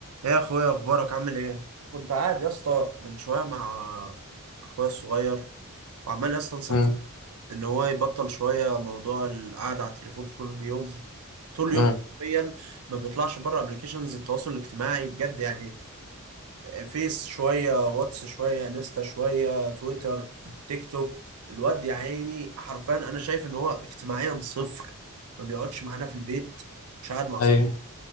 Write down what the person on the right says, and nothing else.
ايه يا اخويا اخبارك عامل ايه كنت قاعد يا اسطى من شويه مع اخويا الصغير وعمال يا اسطى انصح
ان هو يبطل شويه موضوع القعده على التليفون طول اليوم طول اليوم
حرفيا ما بيطلعش بره ابلكيشنز التواصل الاجتماعي بجد يعني فيس شويه واتس شويه انستا شويه تويتر تيك توك الواد يا عيني حرفيا انا شايف ان هو اجتماعيا صفر ما بيقعدش معانا في البيت مش قاعد مع